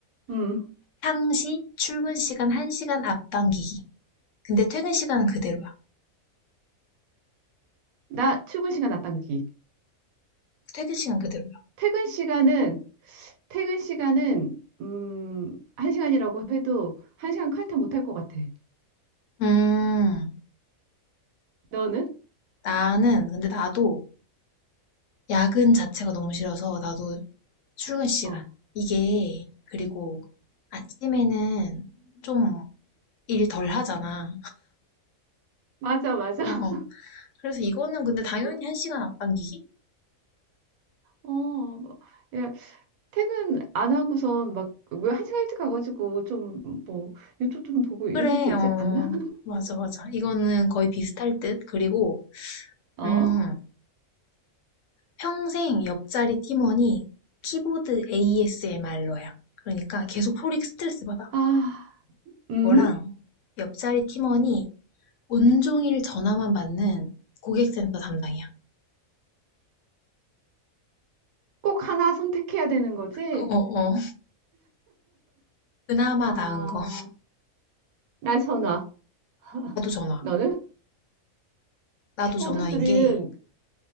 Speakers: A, on the right; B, on the left.
A: 음,
B: 상시 출근 시간 1시간 앞당기기. 근데 퇴근 시간은 그대로야.
A: 나 출근 시간 앞당기기.
B: 퇴근 시간 그대로야.
A: 퇴근 시간은, 퇴근 시간은, 음, 한 시간이라고 해도 한 시간 칼퇴 못 할 것 같아.
B: 음,
A: 너는?
B: 나는 근데 나도 야근 자체가 너무 싫어서 나도 출근 시간.
A: 어,
B: 이게 그리고 아침에는 좀 일 덜 하잖아.
A: 맞아, 맞아.
B: 어, 어. 그래서 이거는 근데 당연히
A: <laughs>
B: 한 시간 앞당기기?
A: 어, 뭐, 야, 퇴근 안 하고선 막, 왜 한 시간 일찍 가가지고 좀, 뭐, 유튜브 좀 보고 이래도
B: 그래,
A: 되지
B: 어,
A: 않나?
B: 맞아, 맞아. 이거는 거의 비슷할 듯. 그리고,
A: 어?
B: 음, 평생 옆자리 팀원이 키보드 ASMR러야. 그러니까 계속 소리 스트레스 받아.
A: 아, 음?
B: 그거랑 옆자리 팀원이 온종일 전화만 받는 고객센터 담당이야.
A: 꼭 하나 선택해야 되는 거지?
B: 어, 어, 어. 그나마
A: 아,
B: 나은 거.
A: 나 전화. <laughs>
B: 나도 전화.
A: 나는
B: 나도
A: 키보드
B: 전화인
A: 소리는
B: 게,